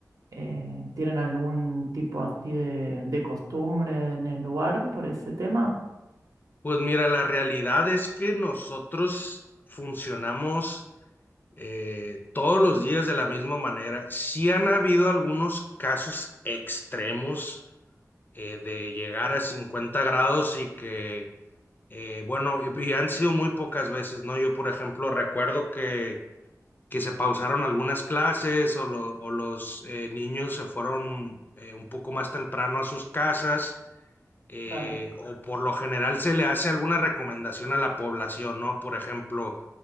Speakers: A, on the right; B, on the left.
A: Eh, ¿tienen algún tipo así de, de costumbre en el lugar por ese tema?
B: Pues mira, la realidad es que nosotros funcionamos eh, todos los días de la misma manera. Sí han habido algunos casos extremos eh, de llegar a cincuenta grados y que, eh, bueno, y y han sido muy pocas veces, ¿no? Yo, por ejemplo, recuerdo que que se pausaron algunas clases o, lo- o los eh, niños se fueron eh, un poco más temprano a sus casas, eh,
A: Claro,
B: o por lo general se le hace alguna recomendación a la población, ¿no? Por ejemplo,